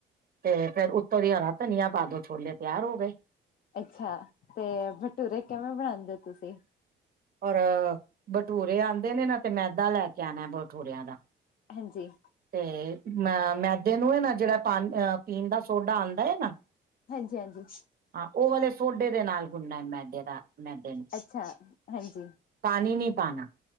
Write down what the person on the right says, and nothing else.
ਤੇ ਫੇਰ ਉਤੋਂ ਦੀ ਹਰਾ ਧਨੀਆ ਪਾ ਦੋ, ਛੋਲੇ ਤਿਆਰ ਹੋ ਗਏ
ਔਰ ਬਟੂਰੇ ਆਉਂਦੇ ਨੇ ਨਾ ਤੇ ਮੈਦਾ ਲੈ ਕੇ ਆਉਣਾ ਬਟੂੂਰਿਆਂ ਦਾ
ਤੇ ਅ ਮੈਦੇ ਨੂੰ ਇਹ ਹੈ ਨਾ ਜਿਹੜਾ ਪਾਣ ਪੀਣ ਦਾ ਸੋਡਾ ਆਉਂਦਾ ਏ ਨਾ
ਹਾਂ ਉਹ ਵਾਲੇ ਸੋਡੇ ਦੇ ਨਾਲ ਗੁਣਨਾ ਮੈਦੇ ਦਾ ਮੈਦੇ ਨੂੰ
ਪਾਨੀ ਨਹੀਂ ਪਾਣਾ